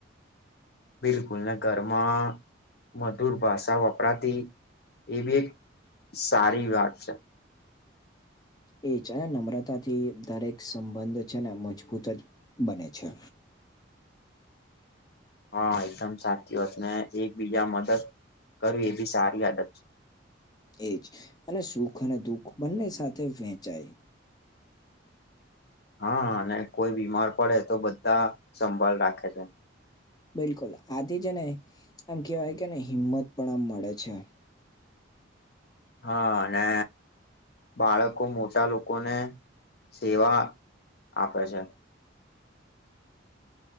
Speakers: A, on the left (about 50°); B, on the left (about 20°).
A: બિલકુલ ને ઘરમાં મધુર ભાષા વપરાતી એ બી એક સારી વાત
B: એ છે અને નમ્રતા થી દરેક સંબંધ છે ને મજબૂત જ બને છે
A: હા એકદમ સાચી વાત ને એકબીજા મદદ કરવી એ બી સારી આદત છે
B: એજ અને સુખ અને દુઃખ બંને સાથે વેચાય
A: હા અને કોઈ બીમાર પડે તો બધા સંભાળ રાખે
B: બિલકુલ આથી જ ને આમ કેહેવાય કેને હિંમત પણ આમ મળે છે
A: હા અને બાળક બવ મોટા લોકોને સેવા આપે છે